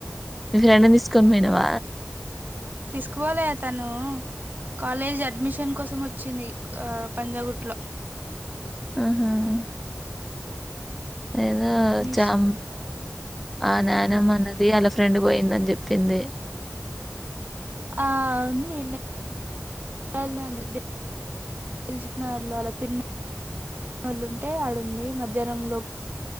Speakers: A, in the centre; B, on the right (about 40°).
A: మీ ఫ్రెండ్ ని తీస్కొన్ పొయ్నవ
B: తీసుకపోలే తను కాలేజ్ అడ్మిషన్ కోసం వచ్చింది ఆ పంజాగుట్ లో
A: ఆహ ఏదో
B: అడ్మిష్
A: జామ్ ఆ నాన్నమ్మ అన్నది ఆళ్ళ ఫ్రెండ్ పోయిందన్ జెప్పింది
B: ఆ వుంది <inaudible> దిలీషుక్నగర్ లొ ఆళ పిన్ని వాలుంటే ఆడుంది మధ్యాహ్నం లోప్